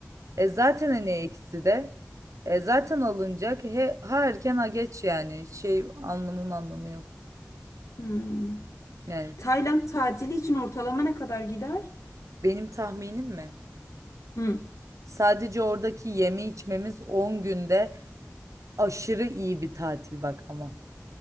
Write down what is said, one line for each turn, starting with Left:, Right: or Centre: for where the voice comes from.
Right: E zaten hani eksi de. E zaten alınacak. He, ha erken ha geç yani. Şey almanın anlamı yok.
Left: Hmm.
Right: Yani
Left: Tayland tatili için ortalama ne kadar gider?
Right: benim tahminim mi?
Left: Hmm,
Right: Sadece oradaki yeme içmemiz on günde aşırı iyi bir tatil bak ama.